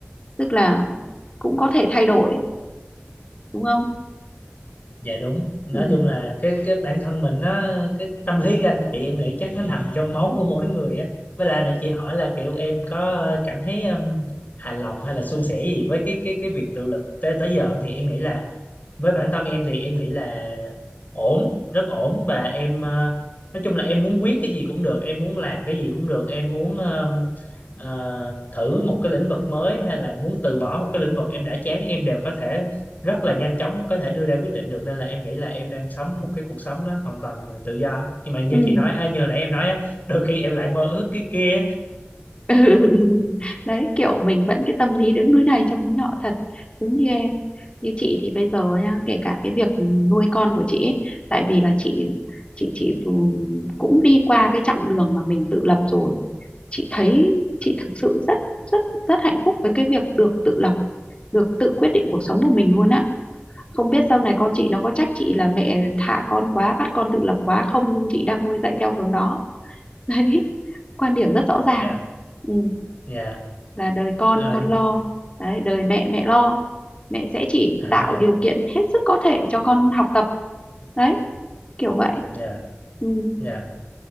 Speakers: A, on the left; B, on the left.
A: tức là cũng có thể thay đổi đúng không
B: dạ đúng nói
A: ừ
B: chung là cái cái bản thân mình nó cái tâm lý ganh tị em nghĩ chắc nó nằm trong máu của mỗi người á với lại nãy chị hỏi là kiểu em có cảm thấy um, hài lòng hay là suôn sẻ gì với cái cái cái việc tự lực tới tới giờ thì em nghĩ là với bản thân em thì em nghĩ là ổn rất ổn và em ờ, nói chung là em muốn quyết cái gì cũng được em muốn làm cái gì cũng được em muốn ờ, ờ, thử một cái lĩnh vực mới hay là muốn từ bỏ một cái lĩnh vực em đã chán em đều có thể rất là nhanh chóng có thể đưa ra quyết định được nên là em nghĩ là em đang sống một cái cuộc sống nó hoàn toàn là tự do nhưng mà như
A: ừ
B: chị nói à, như nãy em nói á, đôi khi em lại mơ ước cái kia
A: <laughs> đấy kiểu mình vẫn cái tâm lý đứng núi này trông núi nọ thật đúng như em như chị thì bây giờ nha kể cả cái việc nuôi con của chị ấy, tại vì là chị chị chị vừa- cũng đi qua cái chặng đường mà mình tự lập rồi chị thấy chị thực sự rất rất rất hạnh phúc với cái việc được tự lập được tự quyết định cuộc sống của mình luôn á không biết sau này con chị nó có trách chị là mẹ thả con quá bắt con tự lập quá không nhưng chị đang nuôi dạy theo hướng đó <laughs> đấy quan điểm rất rõ ràng
B: nha
A: ừ.
B: nha
A: là đời con
B: ờ, <laughs>
A: con lo đấy đời mẹ mẹ lo mẹ sẽ chỉ
B: à,
A: tạo điều kiện hết sức có thể cho con học tập đấy kiểu vậy
B: nha
A: ừ.
B: nha